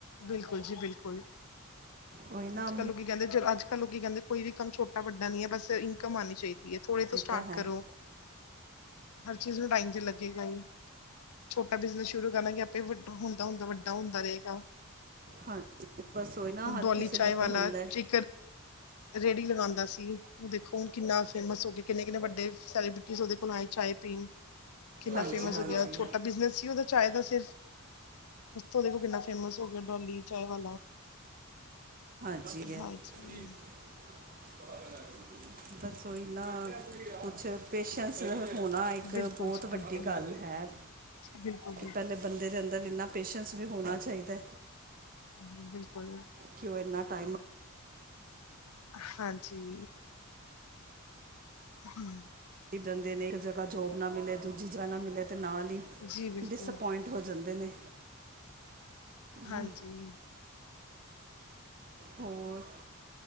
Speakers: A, on the left; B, on the right.
A: ਬਿਲਕੁਲ ਜੀ ਬਿਲਕੁਲ।
B: ਉਹੀ ਨਾ
A: ਅੱਜ ਕੱਲ ਲੋਕੀ ਕਹਿੰਦੇ, ਜ ਅੱਜ ਕੱਲ ਲੋਕੀ ਕਹਿੰਦੇ, ਕੋਈ ਵੀ ਕੰਮ ਛੋਟਾ ਵੱਡਾ ਨੀ ਹੈ, ਬਸ ਇਨਕਮ ਆਣੀ ਚਾਹੀਦੀ। <unintelligible> ਥੋੜੇ
B: ਇਹ
A: ਤੋਂ ਸਟਾਰਟ
B: ਤਾਂ ਹੈ
A: ਕਰੋ, ਹਰ ਚੀਜ਼ ਨੂੰ ਟਾਈਮ ਤੇ ਲੱਗੇਗਾ ਹੀ। ਛੋਟਾ ਬਿਜਨਸ ਸ਼ੁਰੂ ਕਰਨਾਗੇ, ਆਪੇ ਵੱਡਾ ਹੁੰਦਾ ਹੁੰਦਾ, ਵੱਡਾ ਹੁੰਦਾ ਰਹੇਗਾ।
B: ਹਾਂਜੀ, ਬਸ ਔਈ ਨਾ ਹਰ
A: ਡੋਲੀ
B: ਕਿਸੇ ਨੂੰ
A: ਵਾਲਾ
B: ਇਹ ਹੁੰਦਾ
A: ਚਾਏ
B: ਹੈ
A: ਰੇੜੀ ਲਗਾਉਂਦਾ ਸੀ, ਦੇਖੋ ਹੁਣ ਕਿੰਨਾ ਫੇਮਸ ਹੋ ਗਏ, ਕਿੰਨੇ ਕਿੰਨੇ ਵੱਡੇ ਸੈਲੀਬ੍ਰਿਟੀ ਉਹਦੇ ਕੋਲ ਆਏ ਚਾਏ <unintelligible> ਕਿੰਨਾ
B: ਹਾਂਜੀ
A: ਫੇਮਸ
B: ਹਾਂਜੀ
A: ਹੋ ਗਿਆ, ਛੋਟਾ ਬਿਜਨਸ ਸੀ ਉਹਦਾ ਚਾਏ ਦਾ ਸਿਰਫ, ਉਸ ਤੋਂ ਦੇਖੋ ਕਿੰਨਾ ਫੇਮਸ ਹੋ ਗਿਆ, ਡੋਲੀ ਚਾਏ ਵਾ
B: ਹਾਂਜੀ <unintelligible>
A: ਹਾਂਜੀ
B: ਬਸ ਉਈ ਨਾ, ਕੁੱਛ ਪੇਸ਼ੈਂਸ ਹੋਣਾ ਇੱਕ
A: ਬਿਲਕੁਲ
B: ਬਹੁਤ
A: ਜੀ ਬਿਲਕੁਲ
B: ਵੱਡੀ ਗੱਲ ਹੈ,
A: ਬਿਲਕੁਲ
B: ਕਿ ਪਹਿਲੇ ਬੰਦੇ ਦੇ ਅੰਦਰ, ਇੰਨਾ ਪੇਸ਼ੈਂਸ ਵੀ ਹੋਣਾ ਚਾਹੀਦਾ।
A: ਹਾਂਜੀ, ਬਿਲਕੁਲ।
B: ਕਿ, ਉਹ ਇੰਨਾ ਟਾਈਮ
A: ਹਾਂਜੀ। ਹਮ।
B: ਜਂਦੇ ਨੇ ਇੱਕ ਜਗ੍ਹਾ ਜੋਬ ਨਾ ਮਿਲੇ, ਦੂਜੀ ਜਗ੍ਹਾ ਨਾ ਮਿਲੇ, ਤੇ ਨਾਲ ਹੀ
A: ਜੀ ਬਿਲਕੁਲ
B: ਡਿਸਅਪੁਇੰਟ ਹੋ ਜਾਂਦੇ ਨੇ,
A: ਹਾਂਜੀ
B: ਹ ਹੋਰ,